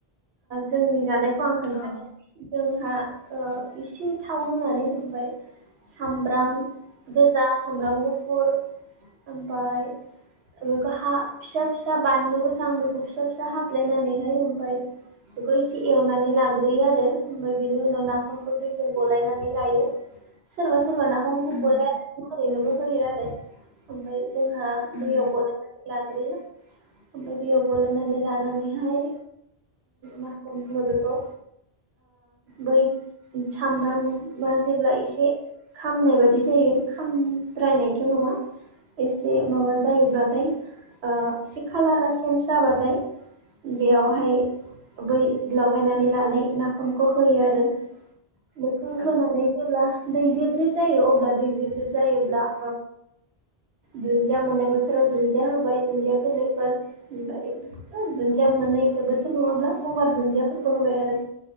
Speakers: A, on the right (about 85°); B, on the left (about 65°).
A: जोंनि जानायखौ आं खोन्थानोसै
B: औ
A: जोंहा एसे थाव होनानै ओमफाय सामब्राम गोजा सामब्राम गुफुर ओमफ्राय बेखौ हा फिसा फिसा बानलु गोथां बेखौ फिसा फिसा हाफ्लेनानैहाय ओमफ्राय बेखौ इसे एवनानै लाग्रोयो आरो ओमफ्राय बेनि उनाव नाफामखौ दैजों गलायनानै लायो सोरबा सोरबा नाफामखौ
B: उम
A: गलायालासैनोबो ओरैनोबो होयो आरो ओमफ्राय जोंहा
B: उम
A: दैयाव गलयनानै लाग्रोयो ओमफ्राय दैयाव गलायनानै लानानैहाय मा होनो बेखौ बै सामब्रामा जेब्ला एसे खामनाय बायदि जायो खामद्रायनायथ नङा एसे माबा जायोब्लाथाय एसे खालारा सेन्ज जायोबाथाय बेयावहाय बै लगायनानै लानाय नाफामखौ होयो आरो बेखौ
B: औ
A: होनानै जेब्ला दै जेब जेब जायो अब्ला दै जेब जेब जायोब्ला दुन्दिया मोननाय बोथोराव दुन्दिया होबाय दुन्दिया गोरलैफोर ओमफ्राय दुनदिया मोननाय <unintelligible> जोबोद नङाब्ला गंगार दुन्दियाफोरखौ होबाय आरो